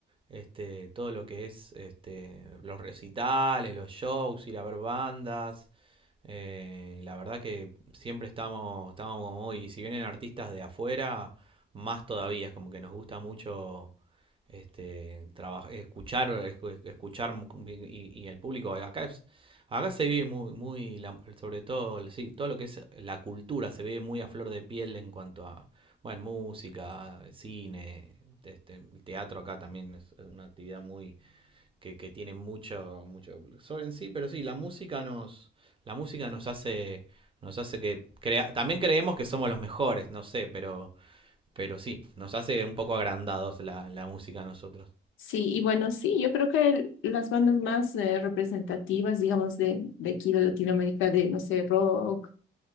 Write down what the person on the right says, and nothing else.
este, todo lo que es este, los recitales, los shows, ir a ver bandas. Eh, la verdad que siempre estamos, estamos como muy, si vienen artistas de afuera, más todavía, es como que nos gusta mucho este, traba- escuchar, escu- escuchar mu- y, y al público. Acá, es- acá se vive muy, muy la- sobre todo, el- sí, todo lo que es la cultura se vive muy a flor de piel en cuanto a, bueno, música, cine, este, el teatro acá también es una actividad muy que, que tiene mucho, mucho sol en sí, pero sí, la música nos, la música nos hace, nos hace que crea, también creemos que somos los mejores, no sé, pero, pero sí, nos hace un poco agrandados la, la música a nosotros.